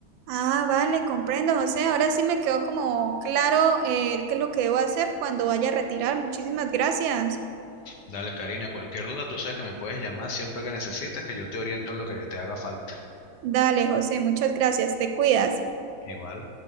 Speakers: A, on the right; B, on the left.
A: ah, vale, comprendo, José, ahora sí me quedó como claro eh, qué es lo que debo hacer cuando vaya a retirar, muchísimas gracias.
B: Dale, Karina, cualquier duda, tú sabes que me puedes llamar siempre que necesites, que yo te oriento en lo que te haga falta.
A: Dale, José, muchas gracias, te cuidas.
B: Igual.